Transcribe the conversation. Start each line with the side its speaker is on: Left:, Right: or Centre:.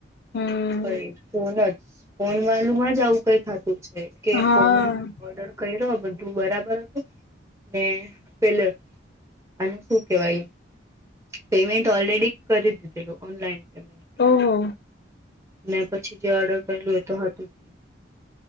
Left: હમ
Right: કઈ. ફોન જ ફોન વાળું માંજ આવું કઈ થતું છે કે
Left: હા
Right: ફોન ઓર્ડર કર્યો બધું બરાબર હતું ને પેલ આને શું કેવાય. પેમેન્ટ ઓલરેડી કરી દીધેલું ઓનલાઈન. પેમેન્ટ
Left: ઓહો
Right: ને પછી જે ઓર્ડર કરેલું એતો હતું. નહી